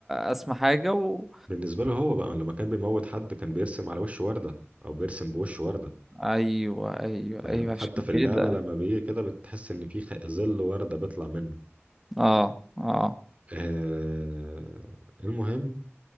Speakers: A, in the centre; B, on the right (about 30°).
A: اسمى حاجة و...
B: بالنسبة له هو بقى لما كان بيموت حد كان بيرسم على وش وردة او بيرسم بوش وردة
A: ايوه ايوه
B: فاهم
A: ايوه
B: حتى
A: عشان
B: في
A: كده
B: اللعبة لما بيجي كده بتحس ان في خ- ظل وردة بيطلع منه
A: اه اه
B: آه المهم